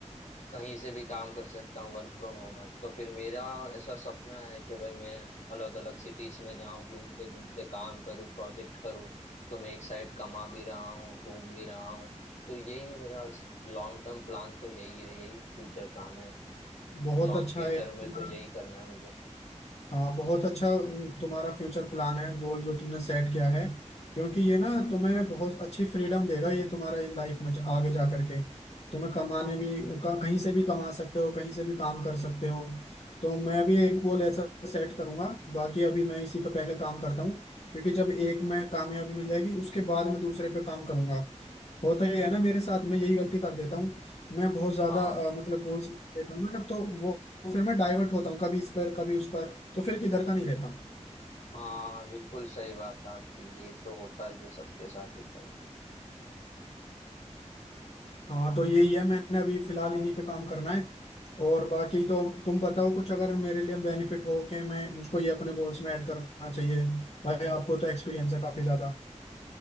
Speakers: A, on the left (about 70°); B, on the left (about 55°).
A: कहीं से भी काम कर सकता हूँ वर्क फ्रॉम होम है तो फिर मेरा ऐसा सपना है कि भाई मैं अलग अलग सिटीज में जाऊं घूमते घूमते काम करूँ प्रोजेक्ट करूँ तो मैं एक साइड कमा भी रहा हूँ घूम भी रहा हूँ तो यही मेरा लॉन्ग टर्म प्लान तो यही है यही फ्यूचर प्लान है
B: बहुत
A: कि लॉन्ग
B: अच्छा
A: फ्यूचर
B: है यार तुम्हारा
A: में तो यही करना है मुझे
B: हाँ बहुत अच्छा तुम्हारा फ्यूचर प्लान है गोल जो तुमने सेट किया है क्योंकि ये ना तुम्हें बहुत अच्छी फ्रीडम देगा ये तुम्हारा लाइफ में आगे जा करके तुम्हें कमाने भी क- कहीं से भी कमा सकते हो कहीं से भी काम कर सकते हो तो मैं भी एक गोल ऐसा सेट करूंगा बाकी अभी मैं इसी पे पहले काम करता हूँ क्योंकि जब एक में कामयाबी मिल जाएगी उसके बाद मैं दूसरे पे काम करूंगा होता ही है ना मेरे साथ में यही गलती कर देता हूँ मैं बहुत ज्यादा
A: हाँ
B: अ, मतलब गोल्स देता हूँ ना तब तो वो फिर मैं डाइवर्ट होता हूँ कभी इस पर कभी उस पर तो फिर किधर का नहीं रहता
A: हाँ बिल्कुल सही बात है आपकी ये तो होता ही है सबके साथ होता ही है
B: हाँ तो यही है मैंने अभी फिलहाल इन्हीं पे काम करना है और बाकी तो तुम बताओ कुछ अगर मेरे लिए बेनिफिट हो के मैं मुझको ये अपने गोल्स में ऐड करना चाहिए भाई आपको तो एक्सपीरियंस है काफी ज्यादा